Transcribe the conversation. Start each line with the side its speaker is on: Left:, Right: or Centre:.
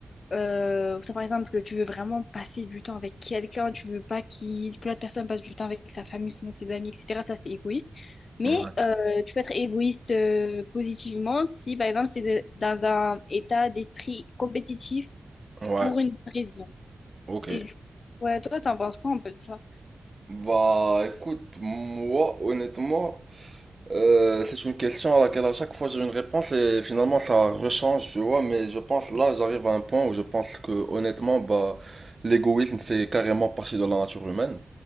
Left: Euh, ou ça, par exemple, tu veux vraiment passer du temps avec quelqu'un. Tu veux pas qu'il, que l'autre personne passe du temps avec sa famille, sinon ses amis, etc. Ça, c'est égoïste. Mais
Right: Ouais.
Left: euh, tu peux être égoïste euh, positivement si, par exemple, c'est de- dans un état d'esprit compétitif
Right: ouais,
Left: pour une raison.
Right: ok.
Left: Et du coup, ouais, toi, t'en penses quoi un peu de ça?
Right: Bah écoute, moi honnêtement, euh, c'est une question à laquelle à chaque fois j'ai une réponse et finalement ça rechange, tu vois, mais je pense là j'arrive à un point où je pense que honnêtement, bah l'égoïsme fait carrément partie de la nature humaine.